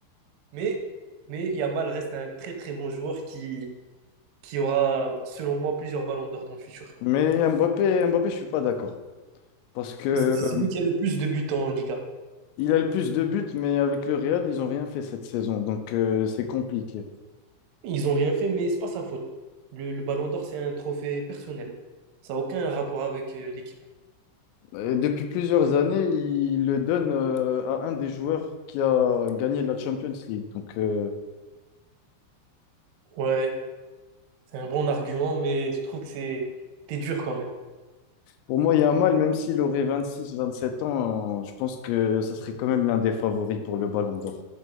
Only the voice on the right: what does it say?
Mais, mais Yamal reste un très très bon joueur qui, qui aura, selon moi, plusieurs ballons d'or dans le futur.
Mais c'est c'est
celui qui a le plus de buts en Liga.
Ils ont rien fait, mais c'est pas sa faute. Le, le Ballon d'Or, c'est un trophée personnel. Ça n'a aucun rapport avec euh, l'équipe.
Ouais, c'est un bon argument, mais je trouve que c'est t'es dur quand même.